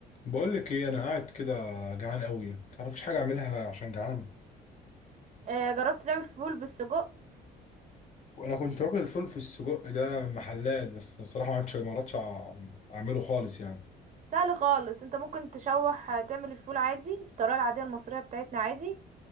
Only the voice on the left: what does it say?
بقول لك ايه انا قاعد كده جعان قوي ما تعرفش حاجه اعملها عشان جعان
وانا كنت باكل الفول في السجق ده من محلات بس الصراحه ما عرفتش ما عرفتش أع- اعمله خالص يعني